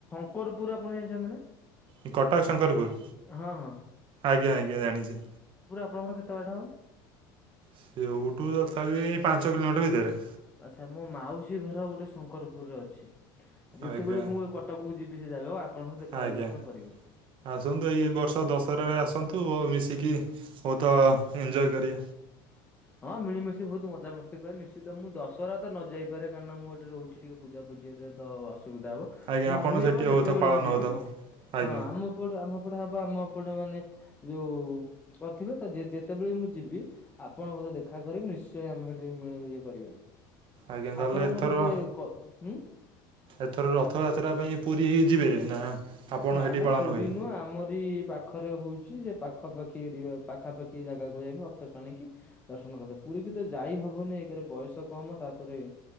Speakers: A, on the left; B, on the right.
A: ଶଙ୍କରପୁର୍ ଆପଣ ଜାଣିଛନ୍ତି ନା?
B: ଏଇ କଟକ ଶଙ୍କରପୁର
A: ହଁ ହଁ।
B: ଆଜ୍ଞା-ଆଜ୍ଞା ଜାଣିଛି।
A: ଆପଣଙ୍କର କେତେ ବାଟ ହବ?
B: ସେଉଠୁ ତଥାପି ଏ ପାଞ୍ଚ କିଲୋମିଟର ଭିତରେ।
A: ଆଚ୍ଛା ମୋ ମାଉସୀ ଘର ଗୋଟେ ଶଙ୍କରପୁରରେ ଅଛି, ଯେତେବେଳେ
B: ଆଜ୍ଞା
A: ମୁଁ ଏ କଟକକୁ ଯିବି ସେ <inaudible>
B: ଆଜ୍ଞା,
A: ଦର୍ଶନ କରିବି।
B: ଆସନ୍ତୁ ଏଇ ବର୍ଷ ଦଶହରାରେ ଆସନ୍ତୁ ଆଉ ମିଶିକି ବହୁତଅ-ଅ ଏଞ୍ଜୟ କରେ।
A: ହଁ ମିଳିମିଶି ବହୁତ ମଜାମସ୍ତି କରେ ନିଶ୍ଚିତ ମୁଁ ଦଶହରା ତ ନ ଯାଇ ପାରେ କାରଣ ନା ମୁଁ ଏଠି ରହୁଛି ଟିକେ ପୂଜାପୂଜି ବୁଝି <inaudible> ତ ଅସୁବିଧା ହବ
B: ଆଜ୍ଞା
A: ମୁଁ
B: ଆପଣ
A: ଅନ୍ୟ
B: ସେଠି
A: ବେଳେ
B: ବହୁତ
A: ଯେତେବେଳେ
B: ପାଳନ
A: ବି ଯିବି,
B: ହେଉଥିବ ଆଜ୍ଞା
A: ହଁ ଆମ ପଟେ ଆମ ଏପଟେ ହବ ଆମ ଏପଟେ ମାନେ ଯୋଉ-ଉ-ଉ କରିଥିବେ ତ ଯେତେବେଳେ ମୁଁ ଯିବି ଆପ୍ ଆପଣଙ୍କ ସହ ଦେଖା କରିବି ନିଶ୍ଚୟ ଆମେ ସେଠି ମିଳିମିଶି କରିବା।
B: ଆଜ୍ଞା ତାହେଲେ
A: ଆପଣଙ୍କର
B: ଏଥର
A: କିଏ କ ହୁଁ
B: ଏଥର ରଥଯାତ୍ରା ପାଇଁ ପୁରୀ ଯିବେ ନା? ଆପଣ
A: ନା
B: ସେଠି
A: ନା
B: ପାଳନ
A: ପୁରୀ
B: ହୁଏ?
A: ନୁହଁ ଆମରି ପାଖରେ ହଉଛି ସେ ପାଖାପାଖି ଯିବା, ପାଖାପାଖି ଜାଗାକୁ ଯାଇକି ରଥ ଟାଣିକି ଦର୍ଶନ କରିଦବା। ପୁରୀ ବି ତ ଯାଇ ହବନି ଏକରେ ବୟସ କମ ତାପରେ